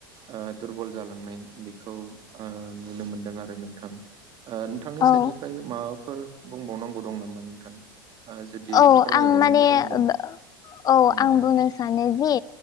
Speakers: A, on the right; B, on the left.
A: ओ दुरबल जालांनाय बेखौ ओ नुनो मोनदों आरो नोंथां ओ नोंथांनि
B: औ
A: साइडनिफ्राय माबाफोर बुंबावनांगौ दं नामा नोंथां जुदि
B: औ
A: फोरमायबावनांगौ
B: आं माने
A: दंबा
B: औ
A: फोरमायनो
B: आं बुंनो
A: हागोन
B: सानो जि